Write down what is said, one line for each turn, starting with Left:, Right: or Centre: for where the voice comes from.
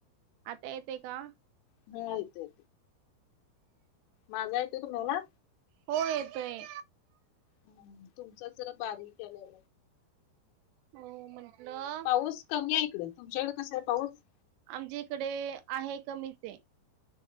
Right: आता येते का?
Left: हम्म येतोय माझा येतोय तुम्हाला?
Right: हो येतोय.
Left: हम्म तुमचा जरा बारीक आला.
Right: हो म्हंटलं
Left: पाऊस कमी आहे इकड. तुमच्याकडे कस आहे पाऊस?
Right: आमच्या इकडे आहे कमीच आहे.